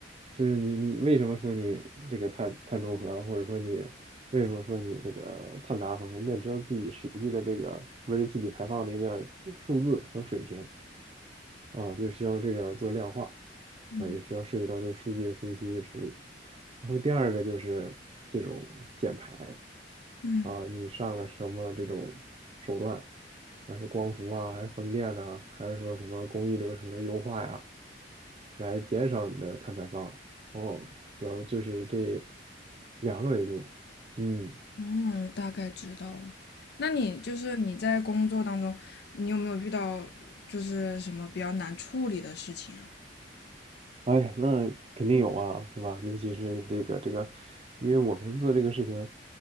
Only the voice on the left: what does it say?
嗯
嗯
嗯，大概知道了。那你就是你在工作当中，你有没有遇到就是什么比较难处理的事情啊？